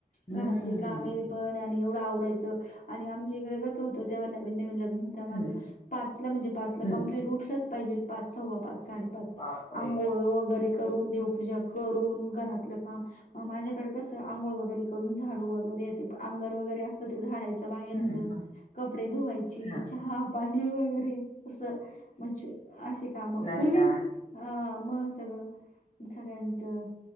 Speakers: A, on the left (about 40°); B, on the left (about 55°).
A: हं.
B: घरात काम आहे पण आणि एवढं आवरायचं आणि आमच्या इकडे कसं होतं तेव्हा नवीन नवीन लग्न होतं माझं
A: हं.
B: पाचला म्हणजे पाचला
A: हं.
B: कम्प्लीट उठलंच पाहिजे पाच, सव्वा पाच, साडेपाच आंघोळ
A: बापरे!
B: वगैरे करून देवपूजा करून घरातलं काम मग माझ्याकडे कसं आंघोळ वगैरे करून झाडू वगैरे ते अंगण वगैरे असतं ते झाडायचं बाहेरचं
A: हं, हं.
B: कपडे धुवायची,
A: हां.
B: चहा पाणी वगैरे असं म्ह अशी काम
A: नाश्ता.
B: पूर्वी हा मग सगळं सगळ्यांचं